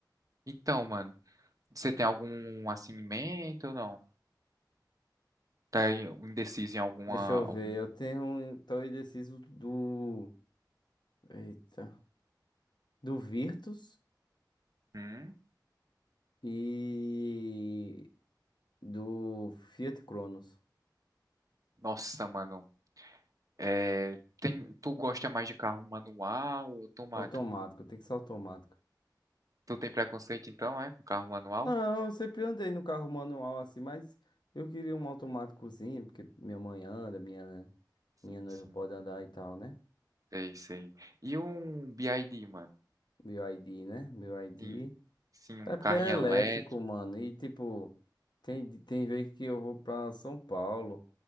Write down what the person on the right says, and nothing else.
Então, mano, você tem algum assim em mente ou não? Tá em- indeciso em alguma
algum?
Hum?
Nossa, mano, é, tem, tu gosta mais de carro manual ou automático?
Tu tem preconceito então, é, com carro manual?
Sim,
sim.
Sei, sei. E um BID, mano?
Sim, sim, um
carrinho
elétrico.